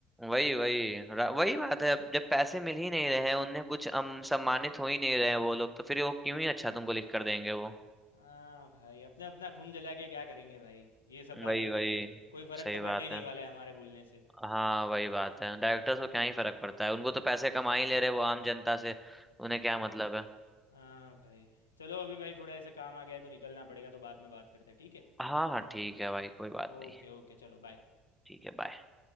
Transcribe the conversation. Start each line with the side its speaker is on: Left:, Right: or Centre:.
Centre: वही वही रा- वही बात है अब जब पैसे मिल ही नहीं रहे हैं उन्हें कुछ हम सम्मानित हो ही नहीं रहे हैं वो लोग तो फिर वो क्यों ही अच्छा तुमको लिख कर देंगे वो
Left: हाँ भाई अपने अपना खून जला के क्या करेंगे भाई ये सब बातें
Centre: वही वही
Left: करके कोई फर्क
Centre: सही
Left: तो
Centre: बात
Left: पड़ने ही नहीं
Centre: है
Left: वाला है हमारे बोलने से
Centre: हाँ वही बात है डायरेक्टर्स को क्या ही फर्क पड़ता है उनको तो पैसे कमा ही ले रहे हैं वो आम जनता
Left: हम्म।
Centre: से उन्हें क्या मतलब है
Left: हाँ भाई चलो अभी भाई थोड़ा ऐसे काम आ गया है तो निकलना पड़ेगा तो बाद में बात करते हैं ठीक है
Centre: हाँ हाँ ठीक है भाई कोई बात
Left: ओके
Centre: नहीं
Left: ओके चलो बाय
Centre: ठीक है बाय